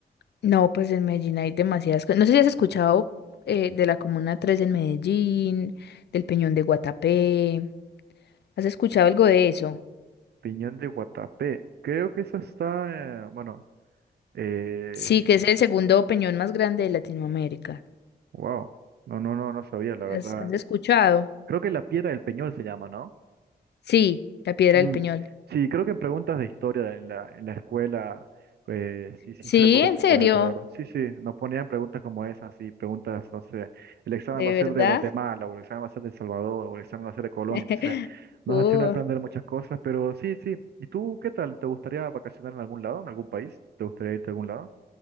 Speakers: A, on the left; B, on the right.
A: No, pues en Medellín hay demasiadas cosas. No sé si has escuchado eh, de la Comuna Tres en Medellín, del Peñón de Guatapé. ¿Has escuchado algo de eso?
B: Piñón de Guatapé. Creo que eso está, eh, bueno, eh,
A: Sí, que es el segundo peñón más grande de Latinoamérica.
B: Wow. No, no, no, no sabía, la
A: ¿Has,
B: verdad.
A: has escuchado?
B: Creo que la piedra del Peñol se llama, ¿no?
A: Sí, la Piedra
B: Mm.
A: del Peñol.
B: Sí, creo que en preguntas de historia en la, en la escuela, pues sí, sí,
A: Sí,
B: sí recuerdo
A: en
B: un poco
A: serio,
B: de eso, la verdad. Sí, sí, nos ponían preguntas como esas, sí, preguntas, no sé, el examen
A: de
B: va a ser
A: verdad.
B: de Guatemala, o el examen va a ser de El Salvador, o el examen va a ser de Colombia,
A: <laughs>
B: entonces nos
A: Uh,
B: hacían aprender muchas cosas, pero sí, sí. ¿Y tú qué tal? ¿Te gustaría vacacionar en algún lado, en algún país? ¿Te gustaría irte a algún lado?